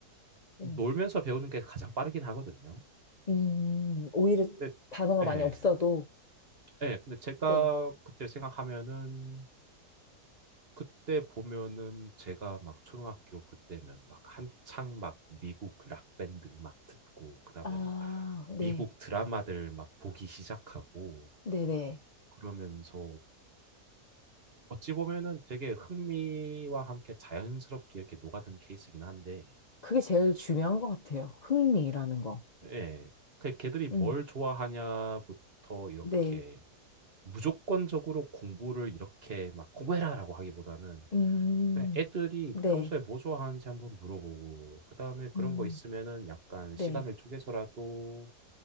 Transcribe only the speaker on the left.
음,
음, 오히려
단어가
많이 없어도
네.
아,
네.
네네.
그게 제일 중요한 것 같아요. 흥미라는 거.
음,
네.
음,
네.
음,
네.